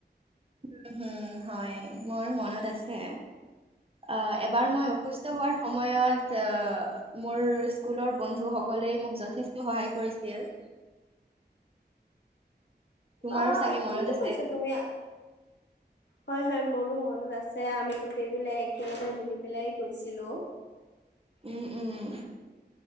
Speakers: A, on the right; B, on the left.
A: উম হোম হয় মোৰ মন মনত আছে আ এবাৰ মই অসুস্থ হোৱাৰ সময়ত আ মোৰ স্কুলৰ বন্ধুসকলে মোক যথেষ্ট যথেষ্ট সহায় কৰিছিল তোমাৰো
B: অ
A: চাগে মনত
B: ঠিকে
A: আছে
B: কৈছা তুমি হয় হয় মোৰো মনত আছে। আমি গোটেই পেলাই একেলগে মিলি পেলাই গৈছিলো।
A: উম উম